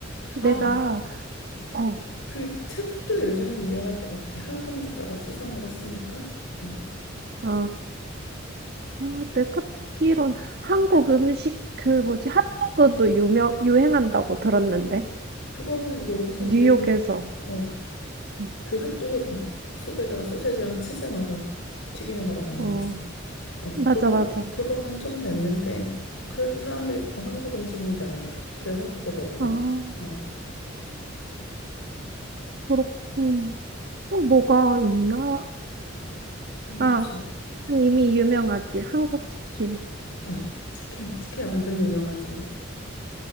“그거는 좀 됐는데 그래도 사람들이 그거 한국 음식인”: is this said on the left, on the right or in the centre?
Left